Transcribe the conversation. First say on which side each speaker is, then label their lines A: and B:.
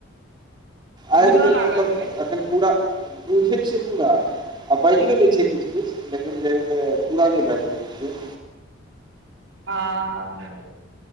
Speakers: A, on the right (about 25°); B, on the right (about 70°).
A: आबि
B: बूझऽ
A: गेल
B: लागल
A: मतलब
B: हेबै
A: एखन पूरा बुझै छियै, पूरा। आ बाजियो लैति छै किछु किछु, लेकिन जे छै से पूरा नहि भऽ सकै छै।
B: हँ